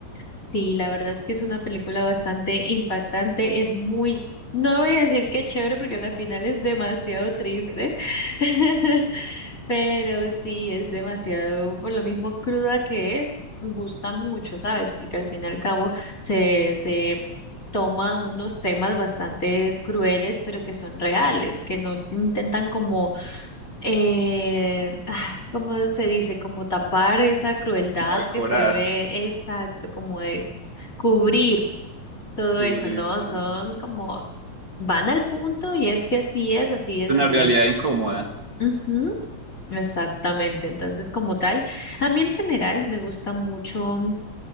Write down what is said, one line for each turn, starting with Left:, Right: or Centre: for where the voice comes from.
Left: Sí, la verdad es que es una película bastante impactante, es muy, no voy a decir que chévere porque a la final es demasiado triste, <laughs> pero sí es demasiado, por lo mismo cruda que es, gusta mucho, ¿sabes? Porque al fin y al cabo se, se toma unos temas bastante crueles, pero que son reales, que no intentan como eh, ah, ¿cómo se dice? Como tapar esa crueldad
Right: Como decorar,
Left: que se ve, exacto, como de cubrir todo
Right: cubrir,
Left: eso, ¿no?
Right: sí.
Left: Son como, van al punto y es que así es, así es,
Right: Es una
Left: así
Right: realidad
Left: es.
Right: incómoda.
Left: Ujú, exactamente. Entonces, como tal, a mí en general me gusta mucho.